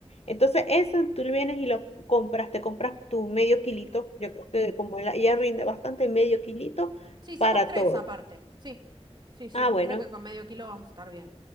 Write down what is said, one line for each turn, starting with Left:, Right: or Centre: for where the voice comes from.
Left: Entonces, eso tú vienes y lo compras, te compras tu medio kilito, yo creo que como la- ella rinde bastante, medio kilito
Right: Sí, somos
Left: para
Right: tres
Left: todo.
Right: aparte, sí. Sí, yo
Left: Ah, bueno.
Right: creo que con medio kilo vamos a estar bien.